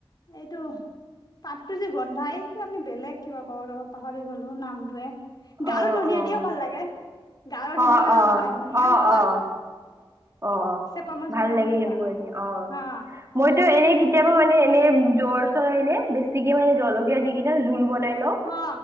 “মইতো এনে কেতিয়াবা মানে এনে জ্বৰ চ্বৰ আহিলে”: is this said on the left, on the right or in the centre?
Right